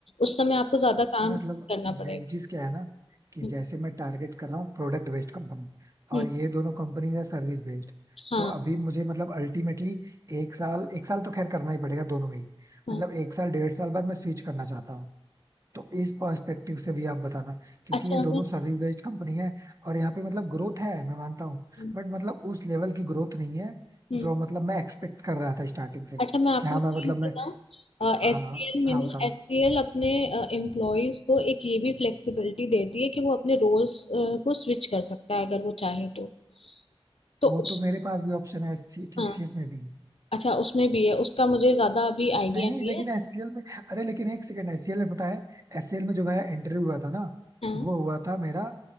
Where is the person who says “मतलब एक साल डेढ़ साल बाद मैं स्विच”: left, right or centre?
Right